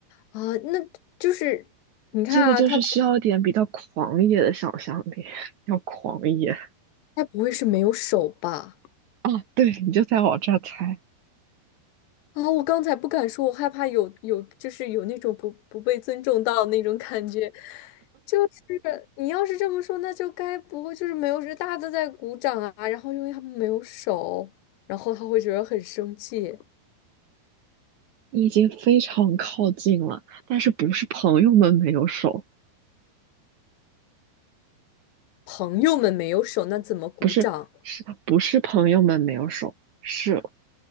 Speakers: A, on the left; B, on the right.
A: 啊，那就是你看啊，
B: 这个就是需要一点比较狂野的想象力，
A: 他他
B: <laughs> 要狂野
A: 不会是没有手吧？
B: 啊！对，你就在我这儿猜，
A: 啊，我刚才不敢说，我害怕有有就是有那种不不被尊重到那种感觉。是你要是这么说，那就该不会就是没有人大家都在鼓掌啊？然后因为他们没有手，然后他会觉得很生气。
B: 你已经非常靠近了，但是不是朋友们没有手，
A: 朋友们没有手，那怎么鼓掌？
B: 不是，是不是朋友们没有手，是